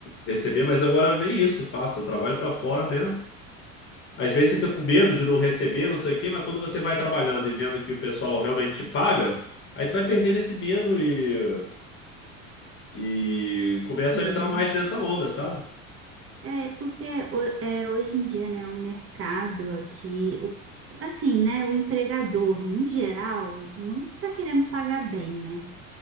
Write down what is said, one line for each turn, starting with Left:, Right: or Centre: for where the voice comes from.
Left: receber, mas agora nem isso eu faço. Eu trabalho pra fora mesmo. Às vezes você fica com medo de não receber, não sei o quê, mas quando você vai trabalhando e vendo que o pessoal realmente te paga, aí tu vai perdendo esse medo e, e começa
Right: Sim.
Left: a entrar mais nessa onda, sabe?
Right: É, é porque ho- é, hoje em dia, né, o mercado aqui, o- assim, né, o empregador, num geral, não tá querendo pagar bem, né?